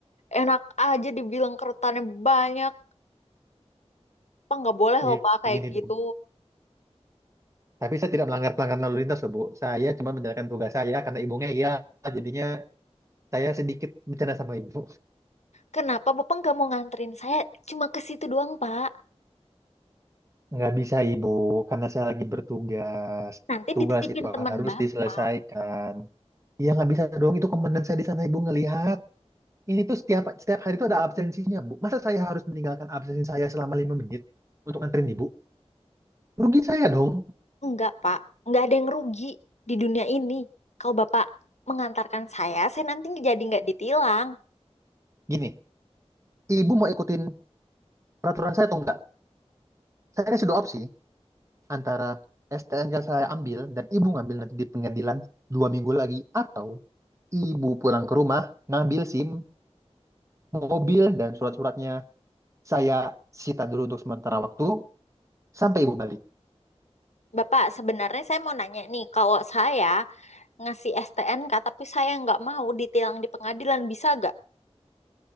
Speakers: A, on the left; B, on the right.
A: enak aja dibilang keretanya banyak. Pak nggak boleh
B: Ya,
A: loh pak kayak
B: gini
A: gitu.
B: deh, Bu. Tapi saya tidak melanggar pelanggaran lalu lintas loh, Bu. Saya cuma menjalankan tugas saya karena ibunya iya. Jadinya saya sedikit bercanda sama ibu.
A: Kenapa bapak nggak mau nganterin saya? Cuma ke situ doang pak.
B: Nggak bisa, Ibu. Karena saya lagi bertugas.
A: Nanti
B: Tugas
A: dititipin
B: itu
A: teman
B: harus
A: bapak.
B: diselesaikan. Ya nggak bisa dong, itu komandan saya di sana ibu ngelihat. Ini tuh setiap setiap hari itu ada absensinya, Bu. Masa saya harus meninggalkan absensi saya selama lima menit untuk nganterin Ibu? Rugi saya dong.
A: Enggak, Pak. Enggak ada yang rugi di dunia ini. Kalau Bapak mengantarkan saya, saya nanti jadi nggak ditilang.
B: Gini, Ibu mau ikutin peraturan saya atau enggak? Saya kasih dua opsi antara STN yang saya ambil dan Ibu ngambil nanti di pengadilan dua minggu lagi atau Ibu pulang ke rumah ngambil SIM, mobil dan surat-suratnya saya sita dulu untuk sementara waktu sampai Ibu balik.
A: Bapak, sebenarnya saya mau nanya nih, kalau saya ngasih STNK tapi saya nggak mau ditilang di pengadilan, bisa nggak?